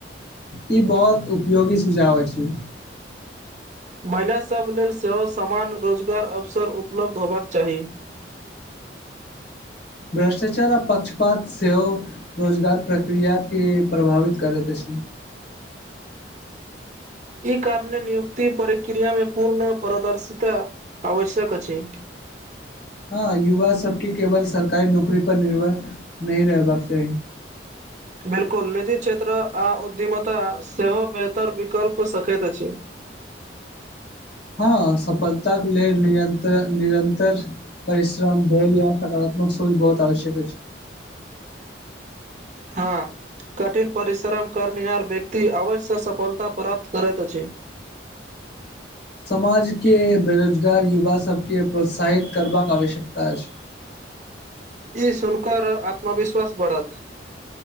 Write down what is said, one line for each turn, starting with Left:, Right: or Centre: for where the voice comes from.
Left: ई बहोत उपयोगी सुझाव अछि
Right: महिलासभ लेल सेहो समान रोजगार अवसर उपलब्ध होबाक चाही <inaudible>
Left: भ्रष्टाचार आ पक्षपात सेहो रोजगार प्रक्रिया के प्रभावित करैत अछि
Right: ई कारणे नियुक्ति प्रक्रिया मे पूर्ण प्रदर्शिता आवश्यक अछि
Left: हँ युवा सबके केवल सरकारी नौकरी पर निर्भर नहि रहबाक चाहि
Right: बिल्कुल निजी क्षेत्र आ उद्यमिता सेहो बेहतर विकल्प सकैत अछि
Left: हँ सफलताके लेल निरन्त निरन्तर परिश्रम <unintelligible> ल या सकारात्मक सोच बहुत आवश्यक अछि
Right: हँ कठिन परिश्रम करनिहार व्यक्ति अवश्य सफलता प्राप्त करैत अछि
Left: समाजके बेरोजगार युवाभकेँ प्रोत्साहित करबाक आवश्यकता अछि
Right: ई सुुनकर आत्मविश्वास बढ़त